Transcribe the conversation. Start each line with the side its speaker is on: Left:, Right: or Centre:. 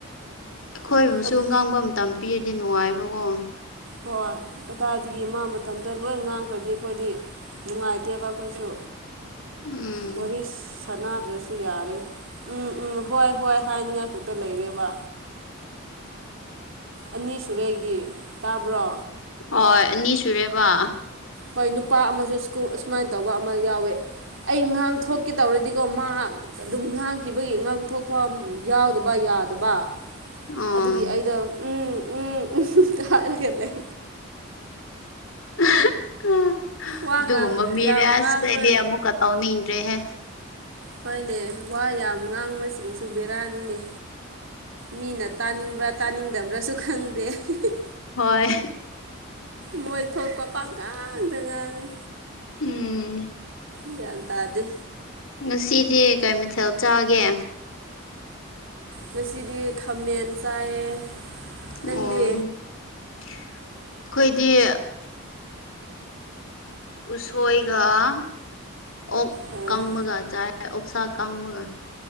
Left: ꯑꯩꯈꯣꯏꯕꯨꯁꯨ
Right: ꯑꯗꯨ
Left: ꯉꯥꯡꯕ ꯃꯇꯝ ꯄꯤꯔꯗꯤ ꯅꯨꯡꯉꯥꯏꯕꯀꯣ
Right: ꯍꯣꯏ ꯀꯗꯥꯏꯗꯒꯤ ꯃꯥ ꯃꯇꯝꯊꯟꯇ ꯂꯣꯏ ꯉꯥꯡꯈ꯭ꯔꯗꯤ ꯑꯩꯈꯣꯏꯗꯤ ꯅꯅꯨꯡꯉꯥꯏ ꯑꯦꯌꯥꯕ ꯀꯣꯏꯁꯨ
Left: ꯎꯝ
Right: ꯄꯁ ꯁꯅꯥꯗ꯭ꯔꯁꯨ ꯌꯥꯔꯦ ꯎꯝ ꯎꯝ ꯍꯣꯏ ꯍꯣꯏ ꯍꯥꯏꯅꯤꯡꯉꯥꯏ ꯈꯛꯇ ꯂꯩꯔꯦꯕ ꯑꯅꯤ ꯁꯨꯔꯦꯗꯤ ꯇꯥꯕ꯭ꯔꯣ
Left: ꯑꯣ ꯑꯅꯤ ꯁꯨꯔꯦꯕ
Right: ꯍꯣꯏ ꯅꯨꯄꯥ ꯑꯃꯁꯨ ꯑꯨꯃꯥꯏꯅ ꯇꯧꯕ ꯑꯃ ꯌꯥꯎꯋꯦ ꯑꯩ ꯉꯥꯡ ꯊꯣꯛꯀꯦ ꯇꯧꯔꯗꯤꯀꯣ ꯃꯥ ꯑꯗꯨꯝ ꯉꯥꯡꯈꯤꯕꯒꯤ ꯉꯥꯡꯊꯣꯛꯐꯝ ꯌꯥꯎꯗꯕ ꯌꯥꯗꯕ
Left: ꯎꯝ
Right: ꯑꯗꯨꯒꯤ ꯑꯩꯗꯣ ꯎꯝ ꯎꯝ ꯎꯝꯇ ꯍꯥꯏꯔꯒ ꯂꯩ
Left: ꯍ ꯑꯥ
Right: ꯋꯥ
Left: ꯑꯗꯨꯒꯨꯝꯕ
Right: ꯉꯥꯡ
Left: ꯃꯤꯗꯤ
Right: ꯌꯥꯝ ꯉꯥꯡꯕ
Left: ꯁꯤꯗꯩꯗꯤ ꯑꯃꯨꯛꯀ ꯇꯧꯅꯤꯡꯗ꯭ꯔꯦꯍꯦ
Right: ꯍꯣꯏꯅꯦ ꯋꯥ ꯌꯥꯝ ꯉꯥꯡꯕꯁꯤꯡꯁꯨ ꯕꯦꯔꯥꯅꯤꯅꯦ ꯃꯤꯅ ꯇꯥꯅꯤꯡꯕ꯭ꯔꯥ ꯇꯥꯅꯤꯡꯗꯕ꯭ꯔꯥꯁꯨ ꯈꯪꯗꯦ ꯍ ꯍ
Left: ꯍꯣꯏ
Right: ꯃꯣꯏ ꯊꯣꯛꯄ ꯄꯥꯡꯉꯥꯡꯗ ꯉꯥꯡꯉꯤ
Left: ꯎꯨꯝ
Right: ꯒ꯭ꯌꯥꯟ ꯇꯥꯗꯦ
Left: ꯉꯁꯤꯗꯤ ꯀꯩ ꯃꯥꯊꯦꯜ ꯆꯥꯒꯦ
Right: ꯉꯁꯤꯗꯤ ꯈꯥꯃꯦꯟ ꯆꯥꯏꯌꯦ
Left: ꯑꯣ
Right: ꯅꯪꯗꯤ
Left: ꯑꯩꯈꯣꯏꯗꯤ ꯎꯁꯣꯏꯒ ꯑꯣꯛ
Right: ꯑꯣ
Left: ꯀꯪꯕꯒ ꯆꯥꯏ ꯑꯣꯛꯁꯥ ꯑꯀꯡꯕꯒ